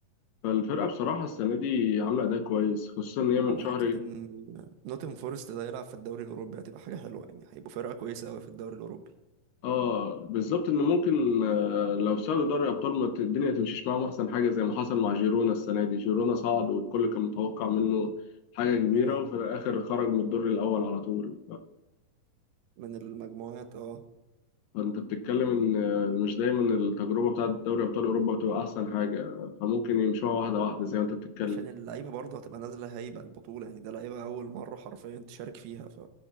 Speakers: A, on the left; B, on the right.
A: فالفرقة بصراحة السنة دي عاملة أداء كويس خصوصا إن هي
B: طب
A: من
B: والله
A: شهر
B: حتة ان نوتن فورست ده يلعب في الدوري الاوروبي هتبقى حاجة حلوة يعني هيبقوا فرقة كويسة قوي في الدوري الاوروبي
A: اه بالظبط إن ممكن آه، لو صعدوا دوري أبطال ما ت- الدنيا تمشيش معاهم أحسن حاجة زي ما حصل مع جيرونا السنة دي جيرونا صعد والكل كان متوقع منه حاجة كبيرة
B: امم
A: وفي الآخر خرج من الدور الأول على طول
B: من المجموعات اه
A: فانت بتتكلم ان مش دايما التجربه بتاعت دوري ابطال اوروبا بتبقى احسن حاجه فممكن يمشوها واحده
B: هو
A: واحده زي ما انت بتتكلم
B: عشان اللعيبة برضه هتبقى نازلة هايبة البطولة يعني ده لعيبة أول مرة حرفيا تشارك فيها ف